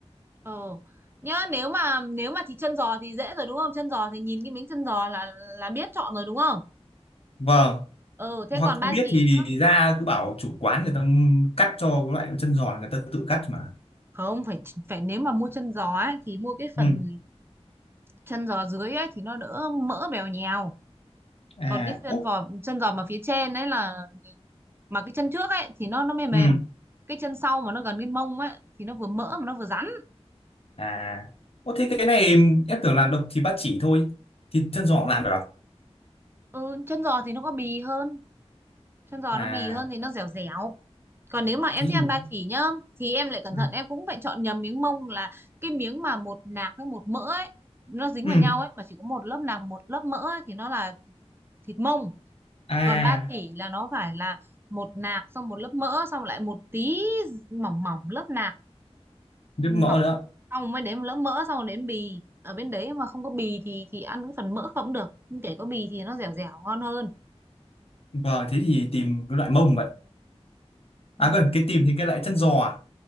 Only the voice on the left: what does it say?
vâng
hoặc
không biết
thì
ra cứ bảo chủ quán người ta cắt cho cái loại chân giòn người ta tự cắt mà
ừ
à
ố
ừ
à ô thế cái này em tưởng là độc thì ba chỉ thôi thịt chân giòn làm được à?
à
thế
thì
ừ.
ừ.
à
nước
mỡ
nữa
vâng thế thì tìm cái loại mông vậy
à còn cái tìm thì cái loại chân giò à